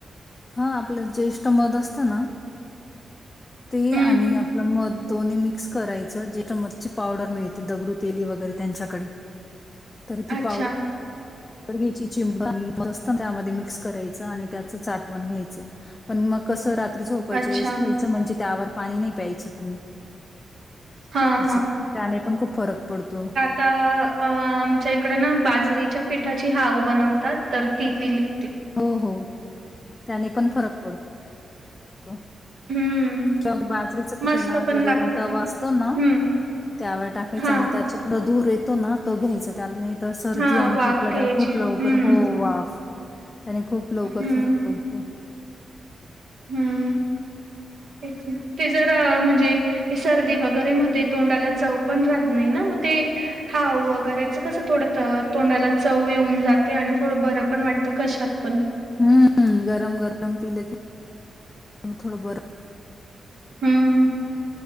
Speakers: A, on the left; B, on the right.
A: हा आपलं ज्येष्ठ मत असतं ना. ते
B: हम्म.
A: आणि आपलं मध दोन्ही मिक्स करायचं जे मच्छची पावडर मिळते. दगड ते वगैरे त्यांच्याकडे तर
B: अच्छा,
A: ती पावड घ्यायची चिंब मस्त त्यामध्ये मिक्स करायचं आणि त्याचं चाठवण घ्यायचं पण मग कसं रात्री झोपायच
B: अच्छा.
A: वेस घ्यायचं म्हणजे त्यावर पाणी नाही प्यायचं तुम्ही
B: हां,
A: अस त्याने पण खूप फरक पडतो
B: त अ आमच्या इकड ना बाजरीच्या पिठाची हाव बनवतात तर ती पिली होती.
A: हो हो, त्याने पण फरक पडतो.
B: हम्म
A: किंवा बाजरीचं पिठे
B: मस्त
A: ना आपलं
B: पण लागते
A: गरम तवा
B: ती
A: असतो ना.
B: हम्म
A: त्यावर टाकायचं
B: हा
A: आणि त्याच्याकड धूर येतो ना तो घ्यायचा त्यानी तर सर्दी
B: हा
A: आणि
B: वाफ
A: खोपला
B: घ्यायची
A: त्या खूप लवकर
B: हम्म
A: हो वाफ त्याने खूप लवकर
B: हम्म
A: फरक पडतो.
B: हम्म, तेच ना, ते जर अ म्हणजे. ते सर्दी वगैरे मध्ये तोंडाला चव पण राहत नाही ना मग ते. हाव वगैरेच कसं थोडं तोंडाला चव येऊन जाते आणि थोडं बरं पण वाटतं घशात पण.
A: हम्म गरम गरम पीलकी, म थोडं बरं
B: हम्म,